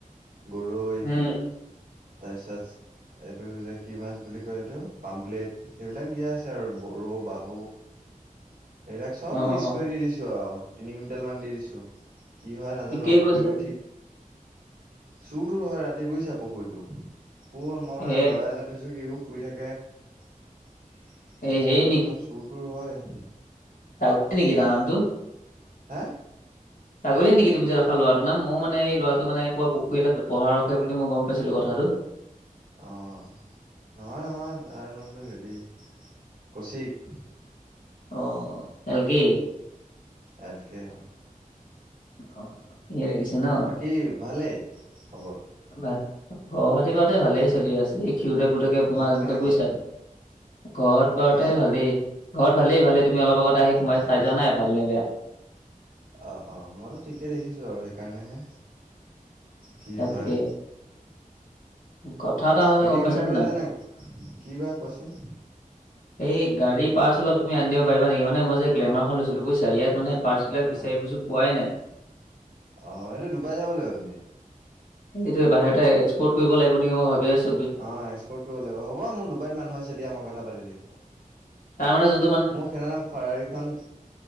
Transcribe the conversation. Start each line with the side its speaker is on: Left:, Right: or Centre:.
Right: গৰৈ,
Left: উম
Right: তাৰপিছত এইটো যে কি মাছ বুলি কয় এইটো পামপ্লেট সেইবিলাক দিয়া আছে আৰু ৰৌ, বাহু এইবিলাক চব
Left: অ
Right: মিক্স
Left: অ
Right: কৰি দি দিছো আৰু তিনি কুইণ্টেল মান দি দিছো। কি হয় নাজানো,
Left: ঠিকেই
Right: পুখুৰীটো
Left: কৈছে
Right: ঠিক চুৰ তুৰ হয় ৰাতি বুজিছা পুখুৰীটো। অঁ, মই
Left: এ
Right: মানে লৰা এজন থৈছো, সিও শুই থাকে। তাৰপিছত
Left: এ হেৰি
Right: অকন চুৰ তুৰ হয়।
Left: ডাউকী নেকি তাৰ নামটো?
Right: হা
Left: সাগৰে নেকি তুমি যে ৰখা লৰাটো নাম? ময়ো মানে, এই ল'ৰাটো মানে, কৰবা পুখুৰী এটাত পহৰা ৰখে বুলি মই গম পাইছিলো কথাটো।
Right: অ নহয়, নহয় তাৰ নামটো হেৰি, কৌশিক।
Left: অ এল কে
Right: এল কে, অ।
Left: অ ইয়ে লাগিছে ন
Right: কি, ভালেই খবৰ।
Left: নাই খবৰ খাতি বাৰু এতিয়া ভালেই চলি আছে এ- ক্ষিৰোদৰ পুতেকে <unintelligible>
Right: ঘৰত কেনেকুৱা
Left: ঘৰত বাৰুতে
Right: হা
Left: ভালেই, ঘৰত ভালেই-ভালেই। তুমি অলপ আগতে আহি, সোমাই
Right: ভালে
Left: চাই যোৱা নাই, ভাল নে বেয়া?
Right: অ অ মইটো ঠিকে দেখিছো আৰু সেইকাৰণেহে। কি
Left: তাকে
Right: হয়
Left: কথা এটা হ'ল নহয়
Right: বাকী,
Left: গম পাইছা
Right: ওলাই
Left: নে
Right: কৰি যোৱা নাই? কি বা কোৱাচোন?
Left: এই, গাড়ী পাৰ্টছ অলপ তুমি আনিব পাৰা নেকি? মানে মই যে গ্লেমাৰখন লৈছিলোঁ বুইছা, ইয়াত মানে পাৰ্টছ বিলাক বিচাৰি
Right: অ
Left: ফুৰিছোঁ, পোৱাই নাই।
Right: অ, এইটো ডুবাই যাব লাগিব তুমি।
Left: সেইটোয়ে, বাহিৰতে এক্সপৰ্ট কৰিব লাগিব নেকি মই ভাবি আছো।
Right: অ, এক্সপৰ্ট কৰিব লাগিব। হ'ব, মোৰ ডুবাইত মানুহ আছে দিয়া, মই কথা পাতি দিম।
Left: তাৰ, মানে যোন
Right: মোৰ সেইনাখনে ফাৰাৰীখন